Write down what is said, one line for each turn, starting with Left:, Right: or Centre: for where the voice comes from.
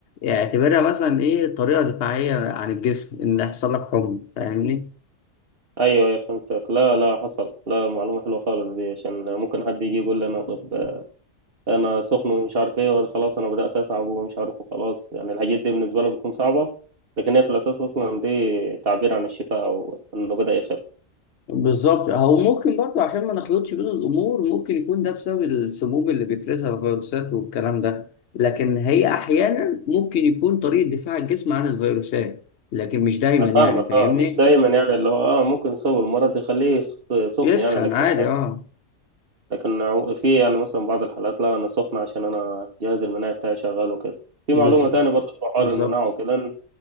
Left: اعتبرها مثلا ايه طريقه دفاعيه عن الجسم ان يحصل لك حمى فاهمني
Right: أيوه أيوة فهمتك لا لا حصل لا معلومة حلوة خالص دي عشان ممكن حد يجي يقول لي أنا طب أنا سخن ومش عارف إيه وخلاص أنا بدأت أتعب ومش عارف وخلاص يعني الحاجات دي بالنسبة له بتكون صعبة لكن هي في الأساس أصلا دي تعبير عن الشفاء أو إنه بدأ يخف
Left: بالظبط او ممكن برضه عشان ما نخلطش بين الامور ممكن يكون ده بسبب السموم اللي بيفرزها الفيروسات والكلام ده لكن هي احيانا ممكن يكون طريقه دفاع الجسم عن الفيروسات لكن مش دايما
Right: أنا
Left: يعني
Right: فاهمك
Left: فاهمني
Right: أه مش دايما يعني اللي هو أه ممكن يسوي المرض يخليه سخ- سخن
Left: يسخن
Right: يعني لكن
Left: عادي اه
Right: لكن عو- في يعني مثلا بعض الحالات لا انا سخنة عشان انا الجهاز المناعي بتاعي شغال وكده في
Left: بز-
Right: معلومة تانية برضه في حوار
Left: بالظبط
Right: المناعة وكده إن